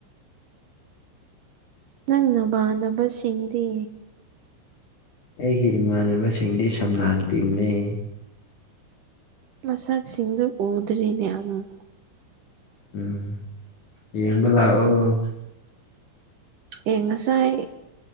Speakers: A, on the right; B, on the left.
A: ꯅꯪ ꯅꯕ ꯅꯕꯁꯤꯡꯗꯤ
B: ꯑꯩꯒꯤ ꯏꯃꯥꯟꯅꯕꯁꯤꯡꯗꯤ ꯁꯝꯂꯥꯡ ꯇꯤꯝꯅꯤ
A: ꯃꯁꯛꯁꯤꯡꯗꯨ ꯎꯗ꯭ꯔꯤꯅꯦ ꯑꯃꯨꯛ
B: ꯎꯝ ꯌꯦꯕꯂ ꯑꯣ
A: ꯌꯦꯉꯁꯥꯏ